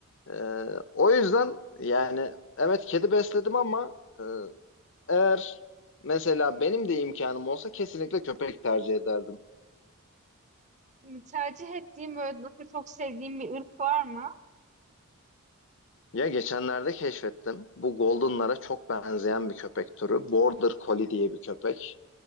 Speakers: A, on the left (about 55°); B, on the right (about 30°).
A: Ee, o yüzden yani evet kedi besledim ama e, eğer mesela benim de imkanım olsa kesinlikle köpek tercih ederdim.
B: Hani, Tercih ettiğim böyle daha çok sevdiğim bir ırk var mı?
A: Ya geçenlerde keşfettim. Bu Golden'lara çok benzeyen bir köpek türü. Border Collie diye bir köpek.